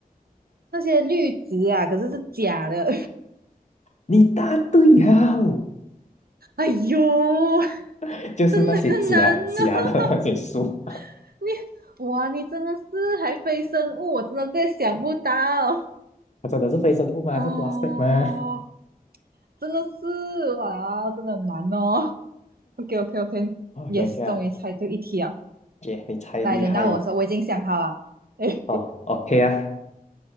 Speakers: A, on the right; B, on the left.
A: 那些绿植啊，可是是假的。
B: 你答对呀，
A: <laughs> 哎呦，
B: <laughs> 就是那些假假的
A: 真的很难哦。
B: <laughs> 那些树，
A: <laughs> 你哇，你真的是还非生物，我真的在想不到
B: 它真的是非生物吗？
A: 哦，
B: 是 plastic 吗
A: 真的是哇，真的很难哦。OK OK OK，Yes，
B: ？OK OK <laughs> 啊，
A: 终于猜对一题啊！
B: 耶、你太厉害了。
A: 来，轮到我说，我已经想好了。哎，
B: 哦，OK 啊，